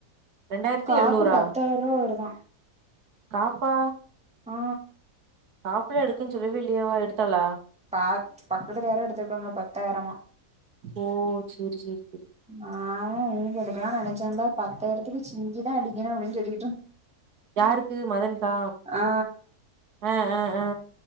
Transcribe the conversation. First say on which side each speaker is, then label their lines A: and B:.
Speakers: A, on the right; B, in the centre.
A: ரெண்டாயிரத்தி
B: காப்பு
A: எழுநூறா
B: பத்தாயிரூவா வருதா
A: காப்பா
B: ஆ
A: காப்புலா எடுக்கன் சொல்லவே இல்லையே அவ எடுத்தாளா
B: பாத் பக்கத்துல யாரோ எத்துருக்காங்க பத்தாயிரமா
A: ஓ சேரி சேரி சேரி
B: நானே எனக்கெடுக்கலானு நெனச்சேந்த பத்தாயிரத்துக்கு சிங்கிதா அடிக்கணு அப்டின்னு சொல்லிகிட்ருந்
A: யாருக்கு மதன்கா
B: ஆ
A: அ அ அ